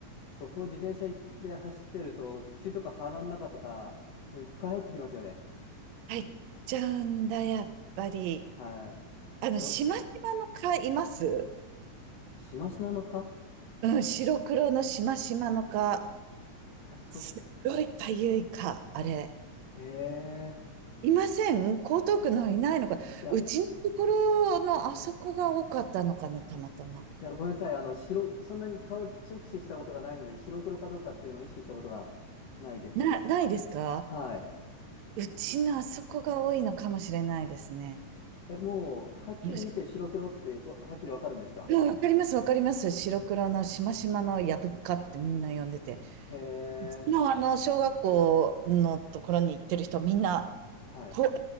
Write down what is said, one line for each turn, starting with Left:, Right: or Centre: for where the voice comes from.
Left: そこを自転車で走ってると、口とか鼻の中とか、もういっぱい入ってきますよね。
Right: 入っちゃうんだ、やっぱり。
Left: はい。
Right: あの、
Left: ど、
Right: しましまの蚊います
Left: しましまの蚊
Right: うん、白黒のしましまの蚊。
Left: いや、そ
Right: すっごいかゆい蚊、あれ。
Left: う。えー。
Right: いません江東区の方いないのか。
Left: いや、
Right: うちのところのあそこが多かったのかな、たまたま。
Left: いや、ごめんなさい。あの、白、そんなに顔直視したことがないので、白黒かどうかっていうのを意識したことがないです。
Right: な、ないですか
Left: はい。
Right: うちのあそこが多いのかもしれないですね。
Left: え、もう、はっきり見て白黒ってわはっきりわかるんですか
Right: もしうんわかります、わかります。白黒のしましまのやぶっかってみんな呼んでて。
Left: へえ。
Right: うちのあの、小学校のところに行ってる人、みんな、
Left: はい。
Right: こ、公